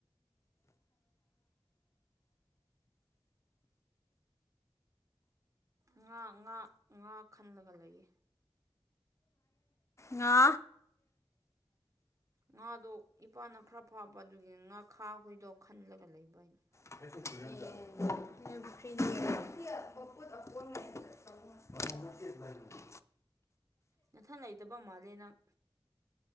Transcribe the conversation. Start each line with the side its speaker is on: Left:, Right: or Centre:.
Right: ꯉꯥ ꯉꯥ ꯉꯥ ꯈꯜꯂꯒ ꯂꯩꯌꯦ
Left: ꯉꯥ
Right: ꯉꯥꯗꯣ ꯏꯄꯥꯅ ꯈꯔ ꯐꯥꯕ ꯑꯗꯨꯒꯤ ꯉꯥ ꯈꯥ ꯍꯣꯏꯗꯣ ꯈꯜꯂꯒ ꯂꯩꯕ ꯑꯩꯅ
Left: <unintelligible> <unintelligible> <unintelligible>
Right: ꯅꯥꯊꯟ ꯂꯩꯇꯕ ꯃꯥꯜꯂꯦ ꯅꯪ